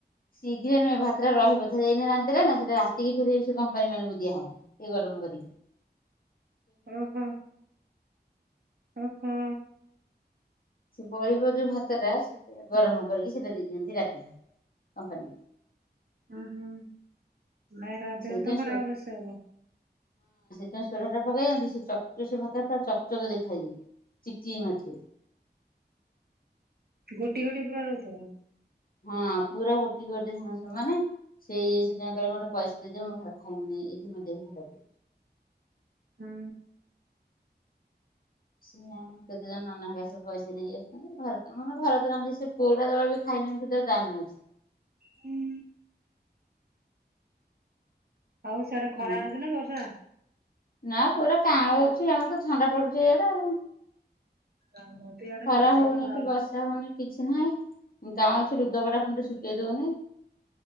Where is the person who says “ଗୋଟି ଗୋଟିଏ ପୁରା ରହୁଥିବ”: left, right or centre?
Right